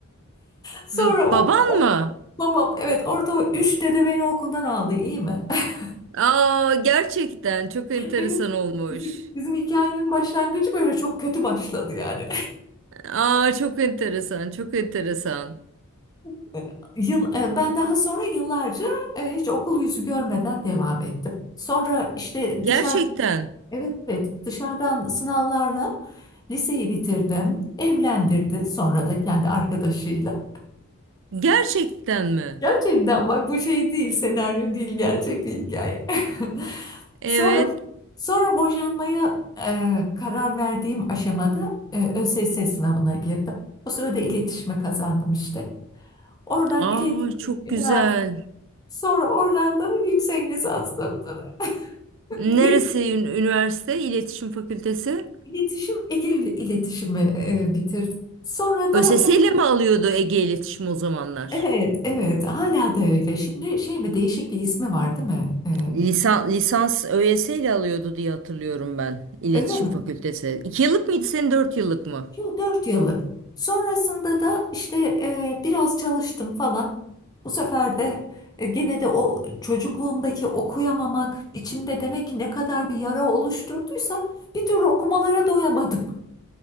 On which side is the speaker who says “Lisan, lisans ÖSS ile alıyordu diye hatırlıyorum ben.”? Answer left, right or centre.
Right